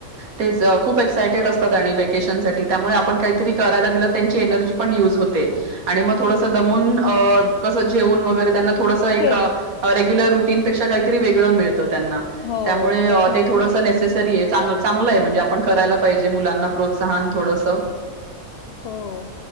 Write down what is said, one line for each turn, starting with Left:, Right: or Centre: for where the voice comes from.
Right: तेच खूप सायटेड असतात आणि वेकेशनसाठी त्यामुळे आपण काहीतरी करायला दिलं त्यांची एनर्जी पण यज होते आणि मग थोडंसं दमून कसं जेवून वगैरे त्यांना थड एक
Left: ते
Right: रेग्युलर तीनेा काहीत वेळ मिळ त्यां
Left: हो,
Right: त्यामुळे
Left: ते तर
Right: चग म्हणजे आपण करायला पाहिजे मुलांना प्रोत्साहन थोडस
Left: हो